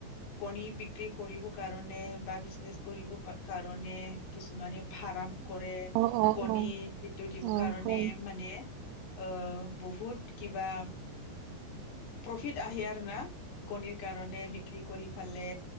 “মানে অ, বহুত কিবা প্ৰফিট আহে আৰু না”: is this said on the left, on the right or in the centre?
Left